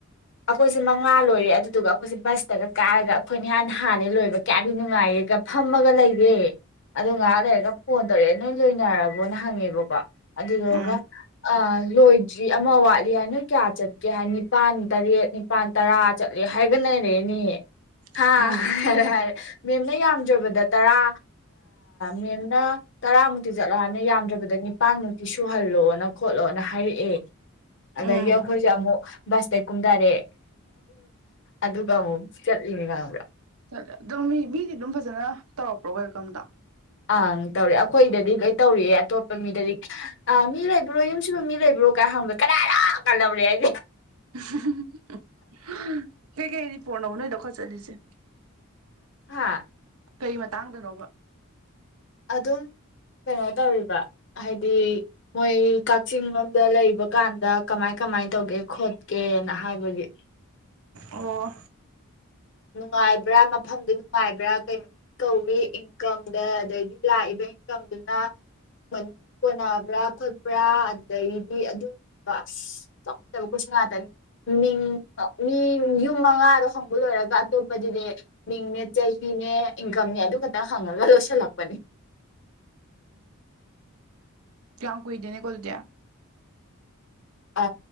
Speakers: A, on the left; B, on the right.
A: ꯑꯩꯈꯣꯏꯁꯦ ꯃꯉꯥ ꯂꯣꯏꯔꯦ ꯑꯗꯨꯗꯨꯒ ꯑꯩꯈꯣꯏꯁꯦ ꯕꯁꯇꯒ ꯀꯥꯔꯒ ꯑꯩꯈꯣꯏꯅ ꯍꯥꯟ ꯍꯥꯟꯅ ꯂꯣꯏꯕ ꯀꯌꯥꯗꯤ ꯅꯨꯡꯉꯥꯏꯔꯦꯒ ꯐꯝꯃꯒ ꯂꯩꯔꯦ ꯑꯗꯣ ꯉꯍꯥꯛ ꯂꯩꯔꯒ ꯐꯣꯟ ꯇꯧꯔꯛꯑꯦ ꯅꯣꯏ ꯂꯣꯏꯅꯔꯕ ꯅ ꯍꯪꯉꯦꯕ ꯑꯗꯨꯗꯨꯒ
B: ꯎꯝ
A: ꯂꯣꯏꯗ꯭ꯔꯤ ꯑꯃ ꯋꯥꯠꯂꯤ ꯆꯠꯂꯤ ꯍꯥꯏ ꯅꯣꯏ ꯀꯌꯥ ꯆꯠꯀꯦ ꯍꯥꯏ ꯅꯤꯄꯥꯥꯟ ꯇꯔꯦꯠ ꯅꯤꯄꯥꯜ ꯇꯔꯥ ꯆꯠꯂꯤ ꯍꯥꯏꯒꯅꯔꯦꯅꯦꯍꯦ ꯍꯥꯥ
B: ꯎꯝ ꯎꯝ
A: ꯍꯥꯏꯔꯦ ꯍꯥꯏꯔꯦ ꯃꯦꯝꯅ ꯌꯥꯝ ꯖꯕꯗ ꯇꯔꯥ ꯃꯦꯝꯅ ꯇꯔꯥꯃꯨꯛꯇꯤ ꯆꯠꯂꯅ ꯌꯥꯝꯗ꯭ꯔꯕꯗ ꯅꯤꯄꯥꯟꯃꯨꯛꯇꯤ ꯁꯨꯍꯜꯂꯣꯅ ꯈꯣꯠꯂꯣꯅ ꯍꯥꯏꯔꯛꯑꯦ ꯑꯗꯒꯤ
B: ꯎꯝ
A: ꯑꯩꯈꯣꯏꯁꯦ ꯑꯃꯨꯛ ꯕꯁꯇ ꯀꯨꯝꯊꯔꯦ ꯑꯗꯨꯒ ꯑꯃꯨꯛ ꯆꯠꯂꯤꯅꯤ ꯈꯥꯡꯕ꯭ꯔꯥ
B: ꯠꯦ ꯑꯗꯨꯝ ꯃꯤ ꯃꯤꯗꯤ ꯑꯗꯨꯝ ꯐꯖꯅ ꯇꯧꯔꯛꯄ꯭ꯔꯣ ꯋꯦꯜꯀꯝꯗꯣ
A: ꯑꯪ ꯇꯧꯔꯦ ꯑꯩꯈꯣꯏꯗꯗꯤ ꯂꯣꯏ ꯇꯧꯔꯤꯑꯦ ꯑꯇꯣꯞꯄ ꯃꯤꯗꯗꯤ ꯑꯥ ꯃꯤ ꯂꯩꯕ꯭ꯔꯣ ꯌꯨꯝꯁꯨꯕ ꯃꯤ ꯂꯩꯕ꯭ꯔꯣ ꯀꯥꯏ ꯍꯪꯕ꯭ꯔꯦ ꯀꯅꯥ ꯌꯥꯝ ꯀꯍꯧꯔꯦ ꯍꯥꯏꯗꯤ
B: <unintelligible> ꯍꯦꯒꯦꯅꯤꯗꯤ ꯄꯅꯕꯨ ꯅꯣꯏ ꯗꯣ ꯈꯥ ꯆꯂꯤꯁꯦ
A: ꯍꯥꯥ
B: ꯀꯩ ꯃꯇꯥꯡꯗꯅꯣꯕ
A: ꯑꯗꯨꯝ ꯀꯩꯅꯣ ꯇꯧꯔꯤꯕ ꯍꯥꯏꯗꯤ ꯃꯣꯏ ꯀꯛꯆꯤꯡ ꯂꯣꯝꯗ ꯂꯩꯕ ꯀꯥꯟꯗ ꯀꯃꯥꯏ ꯀꯃꯥꯏ ꯇꯧꯒꯦ ꯈꯣꯠꯀꯦꯅ ꯍꯥꯏꯕꯒꯤ
B: ꯑꯣ
A: ꯅꯨꯡꯉꯥꯏꯕ꯭ꯔꯥ ꯃꯐꯝꯗꯨ ꯅꯨꯡꯉꯥꯏꯕ꯭ꯔꯥ ꯀꯩꯅꯣ ꯀꯧꯏ ꯏꯟꯀꯝꯗ ꯑꯗꯩꯗꯤ ꯂꯥꯛꯏꯕ ꯏꯟꯀꯝꯗꯨꯅ ꯃꯅꯨꯡ ꯀꯣꯟꯅꯕ꯭ꯔꯥ ꯈꯣꯠꯄ꯭ꯔꯥ ꯑꯗꯨꯗꯩꯗꯤ ꯑꯗꯨꯒ ꯑꯁ ꯆꯥꯎꯈꯠꯠꯇꯕ ꯀꯣꯏꯁꯟ ꯉꯥꯛꯇꯅꯤ ꯃꯤꯡ ꯃꯤ ꯌꯨꯝ ꯃꯉꯥꯗꯣ ꯍꯪꯕ ꯂꯣꯏꯔꯒ ꯑꯇꯣꯞꯄꯗꯨꯗꯤ ꯃꯤꯡꯅꯦ ꯆꯍꯤꯅꯦ ꯏꯟꯀꯝꯅꯦ ꯑꯗꯨ ꯈꯛꯇꯪ ꯍꯪꯉꯒ ꯂꯣꯏꯁꯤꯜꯂꯛꯄꯅꯦ
B: ꯀ ꯀꯨꯏꯗꯅꯦ ꯀꯣꯗꯌꯥ
A: ꯑ